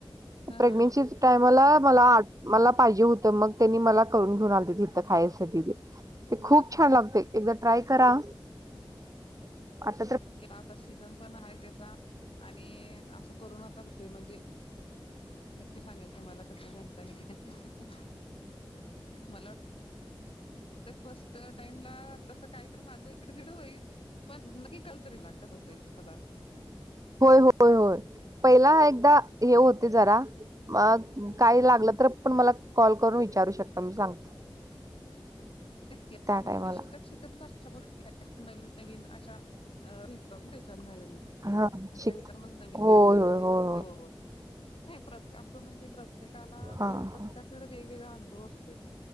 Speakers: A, on the left; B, on the right.
A: हा
B: प्रेग्नेन्सी
A: हा हा
B: टायमाला मला आ मला पाहिजे होतं मग. तेनी मला करून घेऊन आलतीत हिथं खायासाठी ते, ते खूप
A: बर
B: छान लागतयं एकदा ट्राय करा. आतातर
A: घ्या आता सीझन पण आहे त्याचा आणि असं करून आता ते म्हणजे, नक्की सांगेन तुम्हांला कसं झालतं आणि काय, मला. वाटतंय फर्स्ट टाइम ला तसं काय तर माझं इकड-तिकडं होईल. पण नक्की कळंल तरि ना कसं होतोय तो पदार्थ.
B: होय, होय, होय, पहिला एकदा हे
A: आणि
B: होतंय जरा. मग काही लागलं तर पण मला कॉल करून विचारू शकता मी सांगते.
A: तेच की
B: त्या
A: असं
B: टायमाला
A: म्हणजे शिकत- शिकत अश्या गोष्टी काही पण नवीन नवीन अशा अ भेटतात ना त्याच्यान काहीतरी
B: हा
A: अशा
B: शिक
A: विचारूनच नवीन
B: होय
A: नवीन काहीतरी
B: होय
A: भेटतय,
B: होय
A: हो होय. नाही प्रत्ये असं म्हणजे प्रत्येकाला असं
B: हा हा.
A: प्रत्येकाकडे वेगवेगळा अनुभव असतोय.